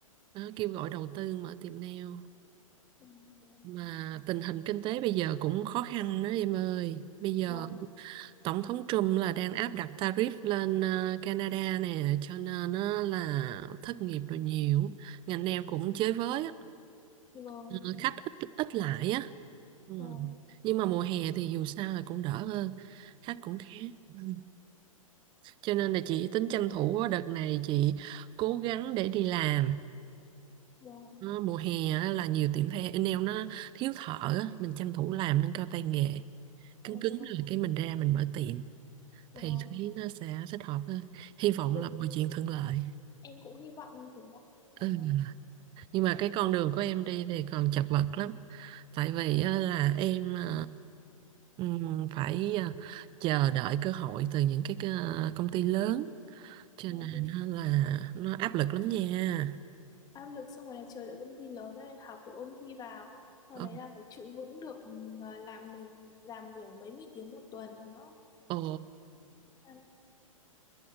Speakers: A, on the right; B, on the left.
A: Đó, kêu gọi đầu tư mở tiệm nail
B: em- vâng
A: mà tình hình kinh tế bây giờ cũng khó khăn đó em ơi bây giờ
B: vâng
A: Tổng thống Trump là đang áp đặt tarif lên ờ, Canada nè, cho nên ờ, là thất nghiệp rồi nhiều. Ngành nail cũng chới với, á.
B: vâng
A: Ờ, khách ít ít lại á. Ừ.
B: vâng
A: Nhưng mà mùa hè thì dù sao là cũng đỡ hơn, khách cũng khá. Ừ. Cho nên là chị tính tranh thủ á, đợt này chị cố gắng để đi làm.
B: vâng
A: Ờ, Mùa hè á, là nhiều tiệm thay nail nó thiếu thợ, á. mình tranh thủ làm nâng cao tay nghề.
B: vâng
A: Cứng cứng
B: vâng,
A: rồi cái mình ra mình mở tiệm.
B: vâng.
A: thì Thúy nó sẽ thích hợp hơn hy vọng
B: Ừ,
A: là mọi chuyện thuận lợi
B: Em cũng hy vọng như thế đó Dạ
A: ừ.
B: vâng,
A: nhưng mà cái con đường của em đi thì còn chật vật lắm tại vì á, là em ờ, ừm, phải ờ, chờ đợi cơ hội từ những cái cơ- công ty lớn cho
B: dạ
A: nên
B: vâng.
A: á là nó áp lực lắm nha
B: Áp lực xong rồi là chờ đợi công ty lớn rồi học rồi ôn thi vào Sau
A: Ồ,
B: đấy là phải trụ vững được ừ, làm mình làm kiểu mấy mươi tiếng một tuần nữa
A: ồ,
B: Em-